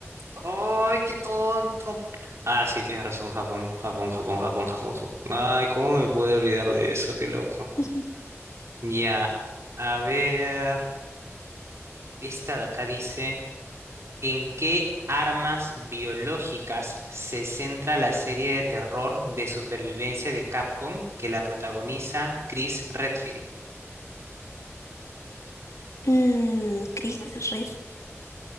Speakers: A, on the right; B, on the left.
A: ¡Ay, qué tonto! Ah, sí, tienes razón, Japón, Japón, Japón, Japón, Japón, Japón. Ay, ¿cómo me pude olvidar de eso? Qué loco.
B: <laughs>
A: Ya, a ver, esta de acá dice, ¿en qué armas biológicas se centra la serie de terror de supervivencia de Capcom que la protagoniza Chris Redfield?
B: Mm, Chris Riff.